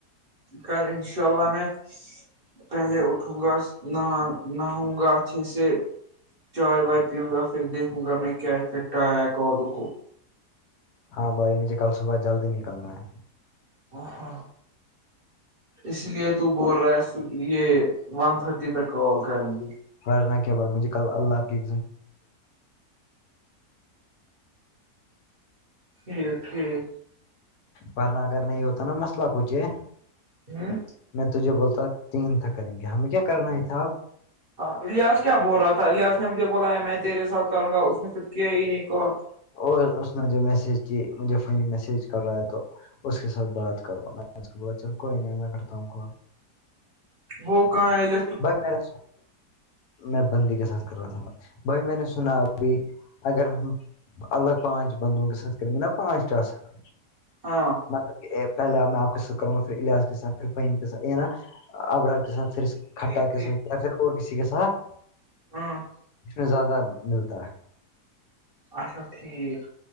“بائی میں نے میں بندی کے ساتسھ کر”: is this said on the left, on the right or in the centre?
Left